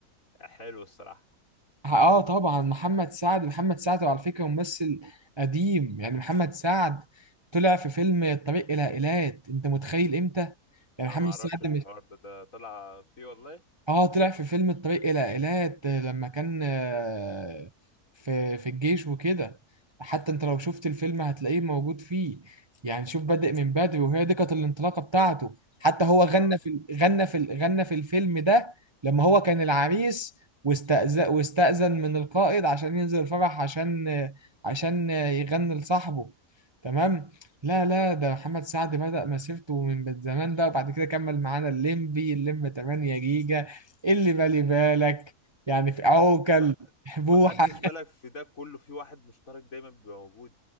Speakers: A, on the left; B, on the right.
A: حلو الصراحه
B: اه طبعا محمد سعد محمد سعد على فكره ممثل قديم يعني محمد سعد طلع في فيلم الطريق الى ايلات انت متخيل امتى يعني
A: انا
B: محمد
A: ما اعرفش
B: سعد
A: الحوار ده ده طلع فيه والله
B: اه طلع في فيلم الطريق الى ايلات لما كان آه، في في الجيش وكده حتى انت لو شفت الفيلم هتلاقيه موجود فيه يعني شوف بادئ من بدري وهي دي كانت الانطلاقه بتاعته حتى هو غنى
A: اه
B: في ال- غنى في ال- غنى في الفيلم ده لما هو كان العريس واستأذن واستأذن من القائد عشان ينزل الفرح عشان آه، عشان آه، يغني لصاحبه تمام لا لا ده محمد سعد بدأ مسيرته من زمان بقى وبعد كده كمل معانا الليمبي الليمبي 8 جيجا إيه اللي بالي بالك يعني في عوكل
A: ما
B: بوحة
A: ما خدتش بالك في ده كله في واحد مشترك دايما بيبقى موجود